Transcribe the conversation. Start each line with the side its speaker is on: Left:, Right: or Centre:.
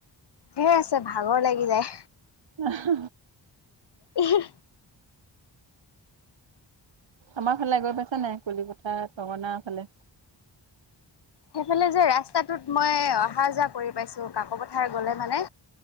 Left: সিয়ে আছে ভাগৰ লাগি যায়।
Right: আহ।
Left: উ <unintelligible>
Right: আমাৰ ফালে গৈ পাইছ নে কলিকঠাৰ গনা ফালে-
Left: সেইফালে যে ৰাস্তাটোত মই অহা যোৱা কৰি পাইছো কাক পথাৰ গলে মানে।